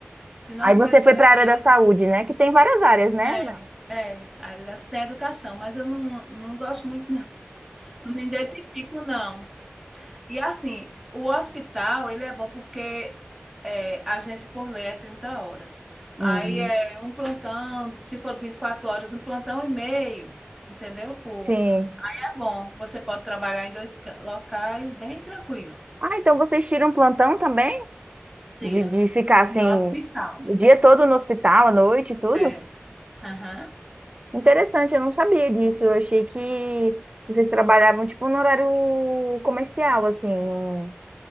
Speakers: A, in the centre; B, on the right.
A: Se não
B: aí
A: tiver
B: você
A: experiência.
B: foi para a área da saúde, né? Que tem várias áreas, né?
A: É, é, a área da da educação, mas eu não, não gosto muito, não. Não me identifico, não. E assim, o hospital, ele é bom porque é, a gente por lei é 30 horas.
B: Hum,
A: Aí é um plantão, se for de 24 horas, um plantão e meio, entendeu? Por,
B: sim.
A: é bom, você pode trabalhar em dois ca- locais bem tranquilo.
B: Ah, então vocês tiram plantão também?
A: Tira.
B: De, de ficar assim
A: E hospital.
B: o dia todo no hospital, à noite e tudo?
A: É. Aham.
B: Interessante, eu não sabia disso. Eu achei que vocês trabalhavam tipo no horário comercial, assim. um-